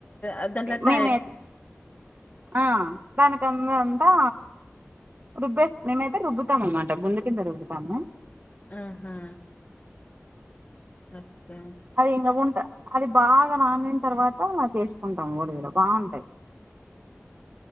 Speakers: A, on the left; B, on the right.
A: అ దాంట్లో
B: మేమే
A: టైర్డ్
B: ఆ దాకందంతా రుబ్బే మేమైతే రుబ్బుతాం అనమాట గుండె కింద రుబ్బుతాము
A: ఆహా ఓకే.
B: అదే ఇంగ ఉం అది బాగా నానిన తర్వాత చేసుకుంటాం ఒలిగలు బాగుంటాయి